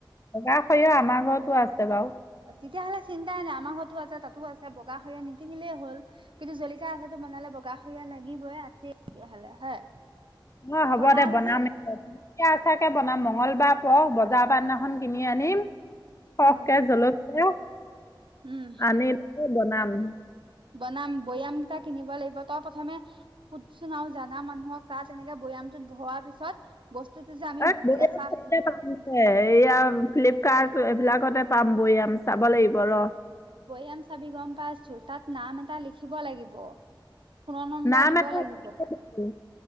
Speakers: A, on the left; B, on the right.
A: বগা সৰিয়হ আমাৰ ঘৰতো আছে বাৰু।
B: তেতিয়াহ'লে চিন্তাই নাই। আমাৰ ঘৰতো আছে, তাতো আছে, বগা সৰিয়হ নিকিনিলেই হ'ল। কিন্তু জলিকীয়া আছাৰটো বনালে বগা সৰিয়হ লাগিবই আছে তেতিয়াহ'লে হয়।
A: অ' হ'ব
B: বনাও
A: দে বনাম
B: যদি
A: জলকীয়া আছাৰকে বনাম মঙগলবাৰ পৰক বজাৰ বাৰ দিনাখন কিনি আনিম। সৰহকে
B: উম,
A: জলকীয়া
B: উম,
A: আনিলৈয় বনাম।
B: বনাম, বৈয়াম কেইটা কিনিব লাগিব তই প্ৰথমে সুধ চোন আৰু জানা মানুহক তাত এনেকে বৈয়ামটোত ভোৱাৰ পিছত বস্তুতটো যে আমি
A: এই বৈয়াম
B: এচাহ
A: হেৰিতে এইয়া ফ্লিপকাৰ্ট এইবিলাকতে পাম বৈয়াম চাব লাগিব ৰহ।
B: বৈয়াম চাবি গ'ম পাইছোঁ তাত নাম এটা লিখিব লাগিব। ফোনৰ নম্বৰ
A: নাম
B: দিব
A: এটা
B: লাগিব।
A: হেৰিকে দিবি